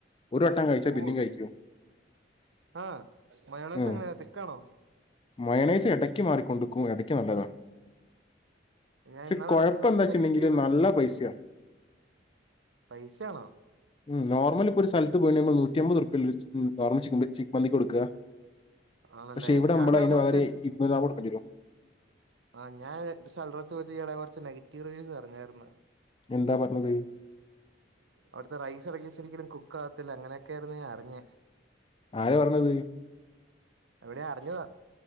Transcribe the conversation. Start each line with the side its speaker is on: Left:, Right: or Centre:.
Left: ഒരു
Right: പൃരു
Left: വട്ടം കഴിച്ചാ പിന്നെയും കഴിക്കും
Right: ആഹ മയണൊയ്സെങ്ങനതിക്കാണോ?
Left: ഉം മയണൈസ് എടയ്ക്ക് മാറിക്കൊണ്ടിരിക്കും എടക്ക് നല്ലതാ
Right: ഞാൻ
Left: ക്ഷെ
Right: ഇന്നാള്
Left: കൊഴപ്പെന്താച്ച്ട്ട്ണ്ടെങ്കില്
Right: ഇടക്ക് കുറച്ച് നെഗറ്റീവ് റി
Left: നല്ല പൈസയാ
Right: പൈസണെ
Left: ഉം നോർമല് പ്പൊ ഒരു സ്ഥലത്ത് പോയിണ്ടെങ്കി നൂറ്റമ്പത്റുപ്പിയല്ലേ ഒര് ചിക്ക മന്തിക്ക് കൊട്ക്ക ക്കാ
Right: ആണല്ലേ
Left: ക്ഷെ ഇവടമ്മളയ്ന്
Right: ഞാൻ ഇന്നാള് കുറച്ച്
Left: വകരെ ഇരുനൂറ്റിനാപ്പത് കൊട്ക്കണ്ടേരും
Right: ആ ഞാസെൽറെറ്റ ടെ കൊറച്ച് നെഗറ്റീവ് റിവ്യൂസ് പറഞാര്ന്ന്
Left: എന്താ പറഞ്ഞത്?
Right: അവിടത്തെ റൈസ്എടക്ക്ശെരിക്കും കുക്കാവത്തില്ല അങ്ങനെക്കെ ഞാനറിഞ്ഞേ
Left: ആരെ പറഞ്ഞത്?
Right: എവിടെയാ അറിഞ്ഞ് വാ